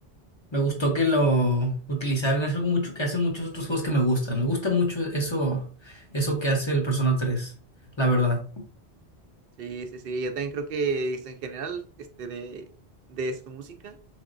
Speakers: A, on the left; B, on the right.
A: Me gustó que lo utilizaran. Es algo mucho que hacen muchos otros juegos que me gustan. Me gusta mucho eso, eso que hace el Persona 3, la verdad.
B: Sí, sí, sí, yo también creo que es en general, este, de, de su música.